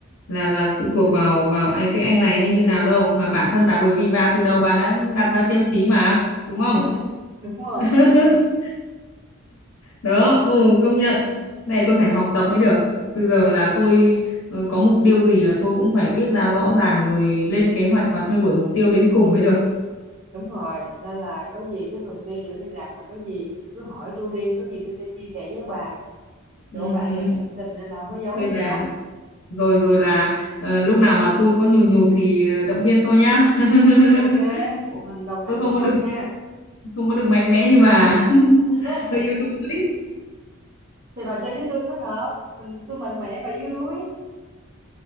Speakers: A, on the left; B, on the right.
A: là là phụ thuộc vào vào ai- cái anh này hay như nào đâu mà bản thân bà bởi vì bà từ đầu bà đã đặt ra tiêu chí mà đúng
B: <laughs>
A: không
B: đúng rồi
A: <laughs> đó ừ công nhận này tôi phải học tập mới được từ giờ là tôi ừ, có mục tiêu gì là tôi cũng phải viết ra rõ ràng rồi lên kế hoạch và theo đuổi mục tiêu đến cùng mới được
B: đúng rồi nên là có gì cứ thường xuyên giữ liên lạc rồi có gì cứ hỏi tôi đi có gì tôi sẽ chia sẻ với bà
A: ừ,
B: chỗ
A: ừ.
B: bạn bè
A: ừ.
B: thân tình nên là không có giấu
A: ok
B: gì
A: bà
B: đâu
A: rồi rồi là ờ, lúc nào mà tôi có nhùn nhụt thì ờ, động viên tôi nhá <laughs>
B: ok mình đồng hành
A: tôi không
B: với nhau
A: có được
B: nha
A: không có được mạnh mẽ như bà
B: <laughs>
A: <laughs> hơi yếu đuối
B: thì bà chơi với tôi mới hợp mình tôi mạnh mẽ và yếu đuối